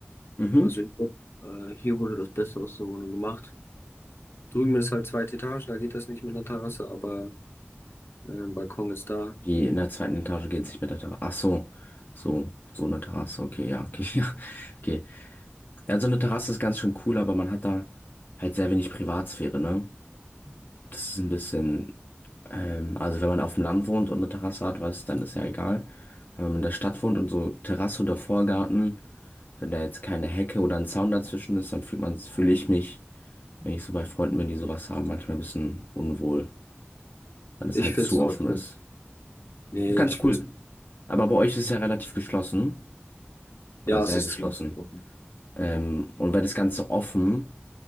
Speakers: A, on the left (about 50°); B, on the left (about 65°).
A: Mhm.
B: Also, ich glaub, äh, hier wurde das Beste aus der Wohnung gemacht. Drüben ist halt zweite Etage, da geht das nicht mit einer Terrasse, aber ähm, Balkon ist da.
A: Die in der zweiten Etage geht es nicht mit der Terrasse. Ach so, so, so eine Terrasse. Okay, ja, okay, <laughs> ja, okay. Also eine Terrasse ist ganz schön cool, aber man hat da halt sehr wenig Privatsphäre, ne? Das ist ein bisschen, ähm, also wenn man auf dem Land wohnt und eine Terrasse hat, weiß, dann ist ja egal. Aber wenn man in der Stadt wohnt und so Terrasse oder Vorgarten, wenn da jetzt keine Hecke oder ein Zaun dazwischen ist, dann fühlt man, fühle ich mich, wenn ich so bei Freunden bin, die sowas haben, manchmal ein bisschen unwohl, weil es
B: Ich
A: halt
B: find's
A: zu
B: trotzdem.
A: offen ist.
B: Nee,
A: Ganz
B: ich find's
A: cool. Aber bei euch ist es ja relativ geschlossen oder
B: Ja,
A: sehr
B: es ist
A: geschlossen.
B: ziemlich offen.
A: Ähm, und wäre das Ganze offen,